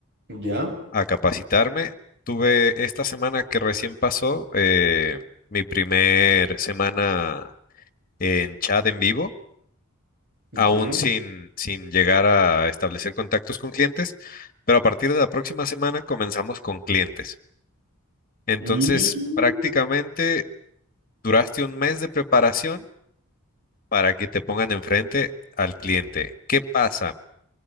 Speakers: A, on the right; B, on the left.
A: Ya,
B: a capacitarme. Tuve esta semana que recién pasó eh, mi primer semana en chat en vivo,
A: ya.
B: aún sin, sin llegar a establecer contactos con clientes, pero a partir de la próxima semana comenzamos con clientes. Entonces,
A: Mm,
B: prácticamente Duraste un mes de preparación para que te pongan enfrente al cliente. ¿Qué pasa?